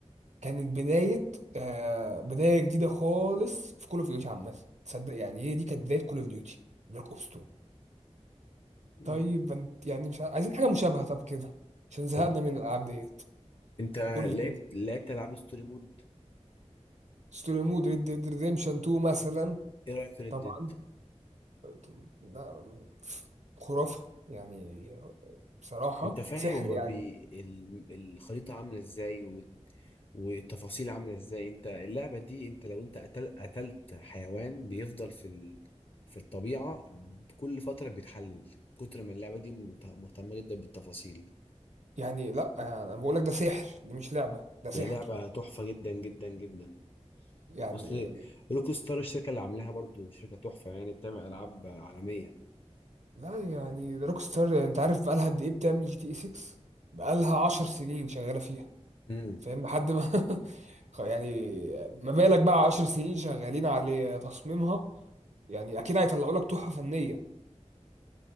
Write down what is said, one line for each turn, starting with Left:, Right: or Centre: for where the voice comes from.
Right: بداية آه بداية جديدة خالص في كول اوف ديوتي عامة تصدق يعني هي دي كانت بداية كول اوف ديوتي بلاك أوبس 2
Left: مم.
Right: طيب انت يعني مش عاي- عايزين حاجة مشابهة طب كده عشان زهقنا
Left: طب
Right: من الألعاب ديت
Left: أنت
Right: قول
Left: لعبت
Right: لي كده
Left: لعبت ألعاب ستوري مود
Right: ستوري مود ريد ديد ريديمشن 2 مثلا
Left: إيه رأيك في ريد
Right: طبعا
Left: ديد؟
Right: ده خرافة يعني بصراحة
Left: أنت فاهم
Right: سحر
Left: هما
Right: يعني
Left: بي ال... الخريطة عاملة إزاي والتفاصيل عاملة ازاي انت اللعبة دي انت لو انت قتل قتلت حيوان بيفضل في ال... في الطبيعة كل فترة بيتحلل كتر ما اللعبة دي مت- مهتمة جدا بالتفاصيل
Right: يعني لا انا بقول لك ده سحر دي مش لعبة ده سحر
Left: هي لعبة تحفة جدا جدا جدا
Right: يعني
Left: اصل روك ستار الشركة اللي عاملاها برضو شركة تحفة يعني بتعمل العاب عالمية
Right: لا يعني روك ستار انت عارف بقالها قد ايه بتعمل جي تي اي 6 بقالها 10 سنين شغاله فيها
Left: امم
Right: فاهم لحد ما <laughs> خ- يعني ما بالك بقى 10 سنين شغالين على تصميمها يعني اكيد هيطلعوا لك تحفه فنيه